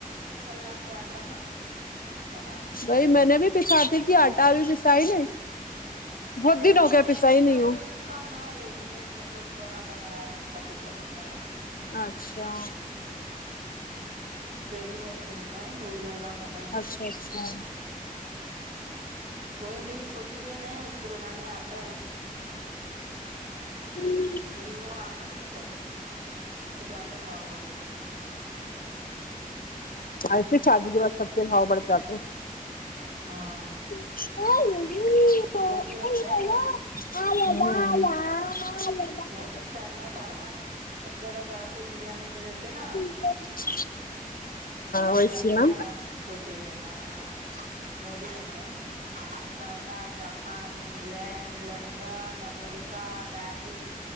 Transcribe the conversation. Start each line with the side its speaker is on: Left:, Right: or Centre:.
Right: کل لا کے آٹا نا بنا کے کھاؤں
Left: بی
Right: گی
Left: میں نے بھی پساتی تھی آٹا بھی پسائی نہیں بہت دن
Right: نہیں
Left: ہو گیا
Right: میرے
Left: پسا ہی
Right: ادھر
Left: نہیں ہوں
Right: ملتا نا ریڈی مڈ مطلب بنا بنایا ملتا پیسا پیسا کا
Left: اچھا
Right: ریڈی مڈ ملتا ہے وہی والا بن
Left: اچھا اچھا
Right: وہ یہ میری چھوٹی بہن ہے اس کو بنانے آتا ہے
Left: ہوں
Right: لیکن وہ آنا نہیں چاہتی اس کو زیادہ بھاؤ بڑھے لا
Left: ایسے شادی کے بعد سب سے بھاؤ بڑھ جاتے
Right: ہاں
Left: <unintelligible>
Right: مودی بن گئے مودی گی چائنا جاپان سب جگہ جا کے انڈیا میں نہیں رہتے نا
Left: <unintelligible>
Right: ویسے
Left: ویسی
Right: بن گئے
Left: نا
Right: ہماری چھوٹی بہن آ مودی بن گئے چائنا جاپان انگلینڈ لنڈن امیری کا پیرس